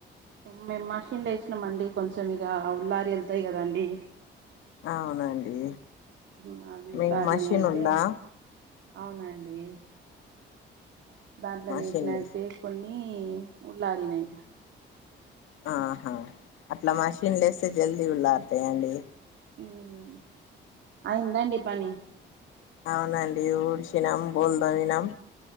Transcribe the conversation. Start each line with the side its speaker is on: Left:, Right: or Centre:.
Right: మేమ్ మషిన్ల ఎసినామండి కొంచెం ఇగ ఉల్లారి ఎళ్తాయి కదండి
Left: అవునండి
Right: మావి ఉల్లారినైతే
Left: మీకు మషిన్ ఉందా
Right: అవునండి దాంట్లో
Left: మషిన్
Right: నేసినయితే
Left: లే
Right: కొన్ని ఉల్లారినై
Left: ఆహా అట్లా మషిన్లేస్తే జల్దీ ఉల్లారతాయ అండి
Right: మ్మ్ హు అయిందండి పని
Left: అవునండి ఉడిషినం బోళ్ తోమినం